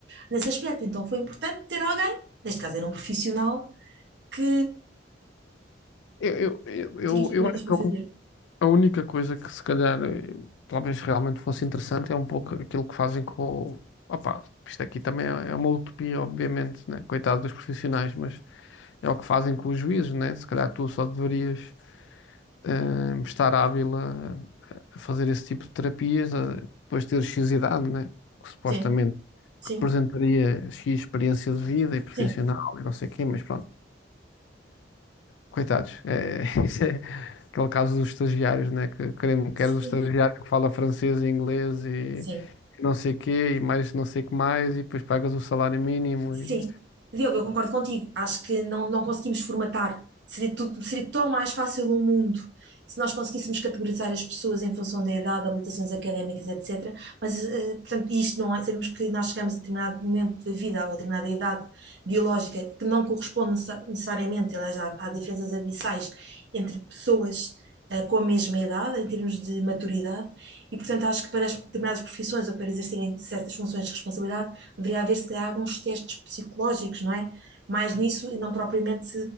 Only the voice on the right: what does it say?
nesse aspecto. Então foi importante ter alguém, neste caso era um profissional, que
tinha as ferramentas
para
fazer.
Sim, sim,
sim,
sim,
sim.
Sim,
Diogo, eu concordo contigo. Acho que não, não conseguimos formatar. Seria tudo, seria tão mais fácil o mundo se nós conseguíssemos categorizar as pessoas em função da idade, habilitações académicas, etc. Mas, eh, portanto, isto não é. Sabemos que nós chegamos a determinado momento da vida ou a determinada idade biológica que não corresponde necessa- necessariamente, aliás, há, há diferenças abissais entre pessoas. eh, Com a mesma idade, em termos de maturidade, e portanto acho que para as determinadas profissões ou para exercerem certas funções de responsabilidade deveria haver, se calhar, alguns testes psicológicos, não é? Mais nisso e não propriamente